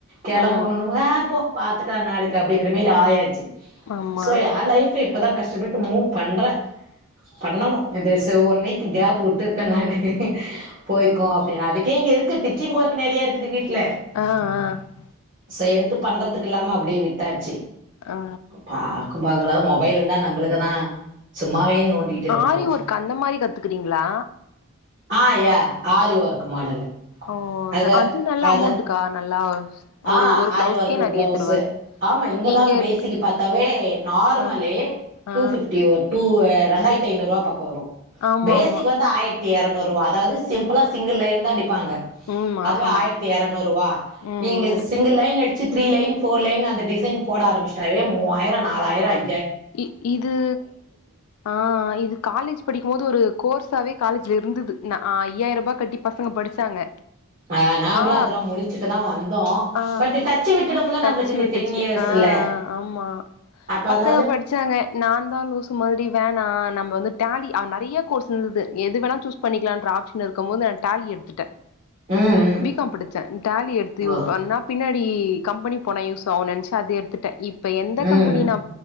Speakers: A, on the right; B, on the left.
A: கெளம்பனுனு
B: ம்
A: அ போ பாத்துக்கலா நாளைக்கு அப்டிங்கிற மேரி ஆயாச்சு
B: ஆமா
A: சோ எ லைஃபு இப்ழதா கஷ்டப்பட்டு மூவ் பண்றே பண்ணணு த ச இந்த ஒன் வீக்கு கேப் வுட்டுருக்க நானு போய்கோ அப்டின் அதுக்கே இங்க இருக்கு டிச்சிங் ஒர்க் நெறிய இரு க்குது வீட்ல
B: ஆ ஆ
A: சோ எடுத்து பண்றதுக்கு இல்லாம அப்பிடே விட்டாச்சி
B: ஆ
A: பாக்கும் பாக்காது மொபைல் இருந்தா நம்பளுக்குதா சும்மாவே நோண்டிட்டு இருப்போ
B: ஆரி ஒர்க்கு அந்த மாரி கத்துக்குறீங்ளா
A: அ யா ஆரி ஒர்க் மாடலு
B: ஓ
A: அத
B: அது நல்ல
A: அத
B: அமௌண்ட்டுக்கா நல்லா ஒரு
A: அ
B: ஒரு
A: ஆரி
B: பிளவுஸ்க்கே
A: ஒர்க்கு
B: நெறைய
A: ப்ளவுஸு
B: தருவாங்க
A: ஆமா இங்கெல்லா
B: நீங்க
A: பேசிக்கு
B: இருக்
A: பாத்தாவே நார்மலே
B: ஆ ஆ
A: டூ ஃபிப்டி ஒ டூ அ ரெண்டாய்ர்த்தி ஐநூறுவா பக்கோ வரு
B: ஆமா
A: பேசிக்
B: ஆமா
A: வந்து ஆய்ர் த்தி எரநூறுவா அதாவது சிம்பிளா சிங்கிள் லைன் தா அடிப்பாங்க
B: ம்மா
A: அதுவே
B: ஆமா
A: ஆய்ர்த்தி எரநூறுவா
B: ம்
A: நீங்க
B: ம்
A: சிங்கிள் லைன் அடிச்சு த்ரீ லைன் ஃபோர் லைன் அந்த டிசன் போட ஆரம்பிஷ்டாவே மூவாயிரோ நாலியிர ஐ
B: இ இது அ இது காலேஜ் படி க்கும் போது ஒரு கோர்ஸாவே காலேஜ்ல இருந்துது ந ஐயாயிருபா கட்டி பசங்க படிச்சாங்க
A: அ நாங்களு
B: ஆ
A: அதெல்லா முடிச்சுட்டுதா வந்தோ
B: ஆ
A: பட்டு டச்சு விட்டுடும்ல
B: டச்சு
A: நம்ப்ளுக் இந்த
B: விட்டுச்சு
A: டென் இயர்ஸுல
B: ஆ ஆமா
A: அப்ப அந்
B: பசங்க படிச்சாங்க நான்தா லூஸு மாரி வேணா நம்ம வந்து டாலி அ நெறய கோர்ஸ் ந்து எது வேணா சூஸ் பண்ணிக்கலான்ற ஆப்ஷன் இருக்கும்போது நா டாலி எடுத்துட்டே
A: ம் ம்
B: பி காம் படிச்சே டாலி எடுத்து
A: ஓ
B: பண்ணா பின்னா ஈ கம்பெனி போனா யூஸ் ஆகுன் நெனச்சு அத எடுத்துட்டே இப்ப எந்த
A: ம்
B: கம்பெனி நா